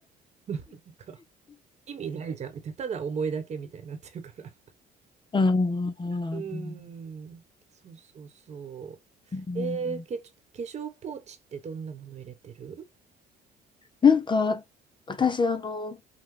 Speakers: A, on the right; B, on the left.
A: <laughs> なんか意味ないじゃんみたいな、ただ思いだけみたいになってるから。
B: ああ、
A: うーん、そうそうそ
B: うん
A: う。えー、け、化粧ポーチってどんなもの入れてる
B: なんか、私、あの、